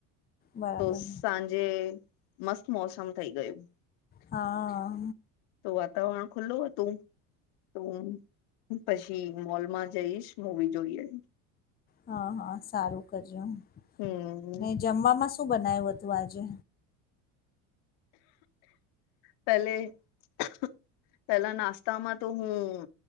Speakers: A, on the left; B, on the left.
A: બરાબર
B: તો સાંજે મસ્ત મોસમ થઈ ગયું
A: હા
B: તો વાતાવરણ ખુલ્લું હતું તો હું પછી મોલમાં જઈશ મવી જોઈએ
A: હા હા સારું કરજે હું
B: હમ
A: ને જમવામાં શું બનાવ્યું હતું આજે
B: પલે <inaudible> પેલા નાસ્તામાં તો હું